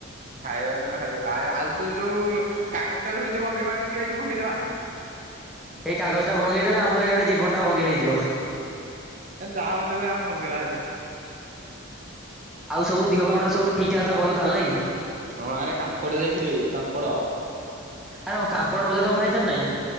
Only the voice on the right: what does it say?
ଖାଇବାନା ଖାଇବା ଆ ଆଉ ତୁଯୋଉ କାଗଜଟା ଧରିଛୁ ଭଙ୍ଗେଇ ପାରୁନୁ ଯିବାକି ଭଙ୍ଗେଇଦବା?
ଏ ଯାହା ହଉଚି ହୋଉ ଆମେ ଭଙ୍ଗେଇବା ଆଜି।
ହଁ ଆରେ କାଙ୍କଡ଼ ଦେଖିବ କାଙ୍କଡ଼।